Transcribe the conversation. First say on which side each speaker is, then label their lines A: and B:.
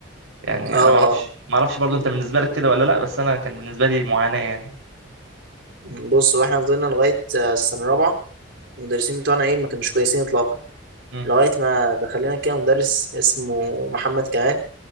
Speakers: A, on the right; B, on the right.
A: يعني
B: اه اه
A: انا ما اعرفش ما اعرفش برضو انت بالنسبه لك كده ولا لا بس انا كان بالنسبه لي معاناه يعني
B: بص واحنا فضلنا لغايه آه، السنه الرابعه المدرسين بتوعنا ايه ما كانوش كويسين اطلاقا
A: مم.
B: لغايه ما دخل لنا كده مدرس اسمه محمد كمال